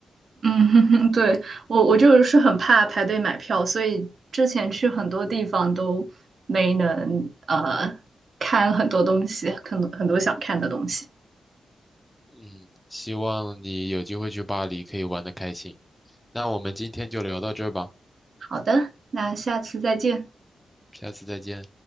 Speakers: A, on the right (about 55°); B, in the centre.
A: 嗯，<laughs> 对，我我就是很怕排队买票，所以之前去很多地方都没能呃看很多东西，很多很多想看的东西。
B: 嗯，希望你有机会去巴黎可以玩得开心。那我们今天就聊到这儿吧，
A: 好的，那下次再见。
B: 下次再见。